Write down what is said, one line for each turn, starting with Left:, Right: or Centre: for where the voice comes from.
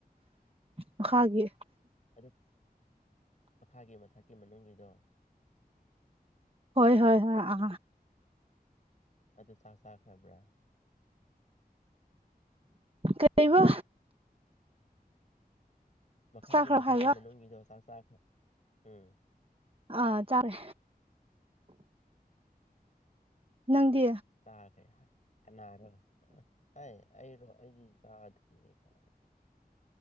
Right: ꯃꯈꯥꯒꯤ
Left: ꯑꯗꯨ ꯃꯈꯥꯒꯤ ꯃꯊꯛꯀꯤ ꯃꯅꯨꯡꯒꯤꯗꯣ
Right: ꯍꯣꯏ ꯍꯣꯏ ꯍꯣꯏ ꯑ
Left: ꯑꯗꯨ ꯆꯥꯛ ꯆꯥꯈ꯭ꯔꯕ꯭ꯔꯥ
Right: ꯀꯩꯕ
Left: ꯃꯈꯥꯒꯤ
Right: ꯆꯥꯈ꯭ꯔꯕ
Left: ꯃꯊꯛꯀꯤ
Right: ꯍꯥꯏꯕ
Left: ꯃꯅꯨꯡꯒꯤꯗꯣ ꯆꯥꯛ ꯆꯥꯈ꯭ꯔꯦ ꯎꯝ
Right: ꯑꯥ ꯆꯥꯔꯦ ꯅꯪꯗꯤ
Left: ꯆꯥꯈꯦ ꯍꯥꯏ ꯀꯅꯥꯔꯣ ꯑ ꯑꯩ ꯑꯩꯔꯣ ꯑꯩꯗꯤ ꯆꯥꯗ꯭ꯔꯤ ꯀꯥꯏ